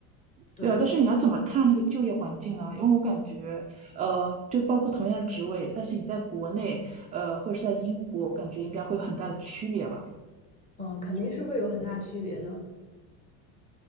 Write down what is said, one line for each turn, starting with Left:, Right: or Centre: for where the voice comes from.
Left: 对，
Right: 对啊，但是你要怎么看那个就业环境呢？因为我感觉，呃，就包括同样的职位，但是你在国内，呃，或者是在英国，我感觉应该会有很大的区别吧。
Left: 呃，肯定是会有很大区别的。